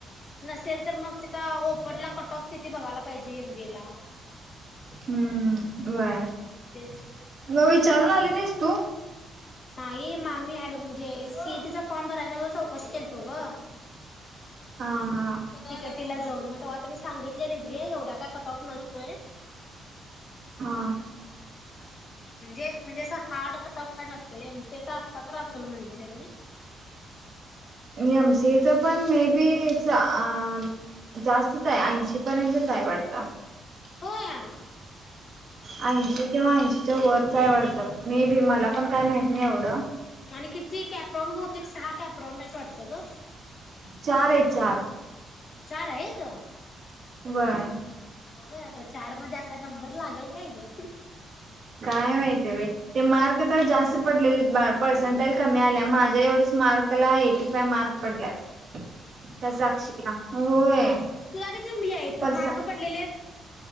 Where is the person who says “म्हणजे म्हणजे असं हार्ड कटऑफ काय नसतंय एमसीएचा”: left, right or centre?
Left